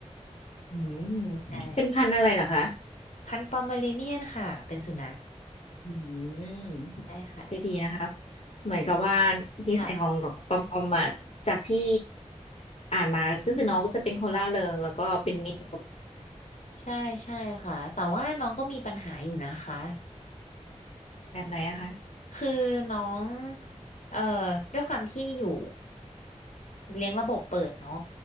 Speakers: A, on the left; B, on the left.
A: อืม
B: <laughs> ใช่
A: เป็นพันธุ์อะไรเหรอคะ
B: <laughs> พันธุ์ปอมเมอเรเนียนค่ะเป็นสุนัข
A: อืม
B: ใช่ค่ะ
A: ก็ดีนะคะเหมือนกับว่านิสัยของนกปอมปอมมาจากที่
B: ค่ะ
A: อ่านมาก็คือน้องก็จะเป็นคนร่าเริงแล้วก็เป็นมิตร
B: ใช่ใช่ค่ะแต่ว่าน้องก็มีปัญหาอยู่นะคะ
A: แบบไหนอะคะ
B: คือน้องเอ่อด้วยความที่อยู่เลี้ยงระบบเปิดเนาะ